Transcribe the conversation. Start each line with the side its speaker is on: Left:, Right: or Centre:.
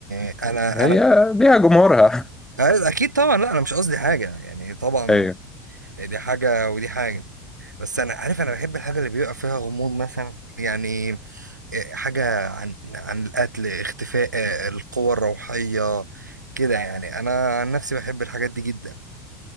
Right: أنا
Centre: هي
Right: أنا
Centre: ليها جمهورها
Right: أه، اكيد طبعا لا انا مش قصدي حاجه يعني طبعا
Centre: <laughs> ايوه
Right: دي حاجه ودي حاجه بس انا عارف انا بحب الحاجه اللي بيبقى فيها غموض مثلا يعني إيه، حاجه عن عن القتل اختفاء آه، القوى الروحيه كده يعني انا عن نفسي بحب الحاجات دي جدا